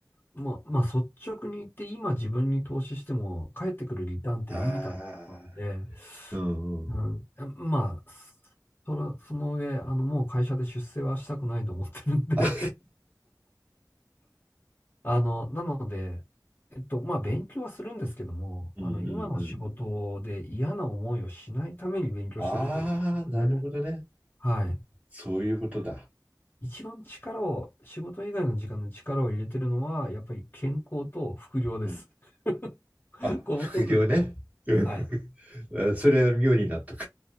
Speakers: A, on the left; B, on the right.
A: まあ、まあ、率直に言って今自分に投資しても返ってくるリターンって微々たるものなんで、
B: ああ、うん、
A: うん、
B: うん。
A: えまあ、それ、その上、あの、もう会社で出世はしたくないと思ってるんで
B: あ、
A: <laughs> あの、なので、えっと、まあ、勉強はするんですけども、
B: うん、
A: あの、
B: うん、
A: 今の仕事で嫌な思いをしないために勉強してるってことですね。
B: うん。ああ、なるほどね。
A: はい。
B: そういうことだ。
A: 一番力を、仕事以外の時間の力を入れてるのは、やっぱり健康と副業です。
B: うん
A: <laughs>
B: あ、
A: この2つですね。
B: 副業ね。うん
A: はい。
B: <laughs> それは妙に納得。